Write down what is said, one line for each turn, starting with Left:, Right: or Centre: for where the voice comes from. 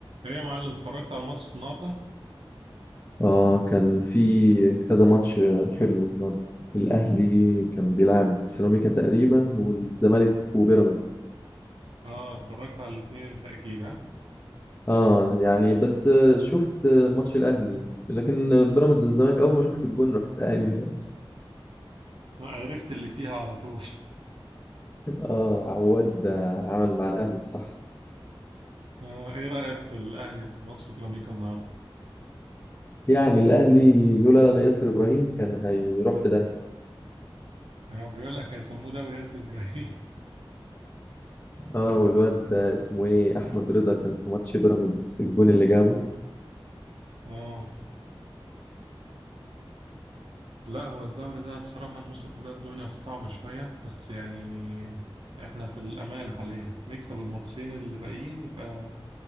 Right: ايه يا معلم اتفرجت على الماتش النهارده
Left: اه كان في كذا ماتش حلو النهارده الاهلي كان بيلعب سيراميكا تقريبا والزمالك وبيراميدز
Right: اه اتفرجت على الاثنين انت اكيد ها
Left: اه يعني بس شفت ماتش الاهلي لكن بيراميدز والزمالك اول ما شفت الجون رحت قايم بقى
Right: آه، عرفت اللي فيها على طول
Left: <laughs> اه عواد عمل مع الاهلي الصح
Right: <laughs> اه ايه رأيك في الاهلي في ماتش سيراميكا النهارده
Left: يعني الاهلي لولا ياسر ابراهيم كان هيروح في داهيه
Right: اه بيقول لك هيسموه دوري ياسر ابراهيم
Left: اه والواد ده اسمه ايه احمد رضا كان في ماتش بيراميدز الجون اللي جابه
Right: <laughs> اه لا هو الدوري ده بصراحة الموسم ده الدنيا صعبة شوية بس يعني احنا في الامان حاليا نكسب الماتشين اللي باقيين يبقى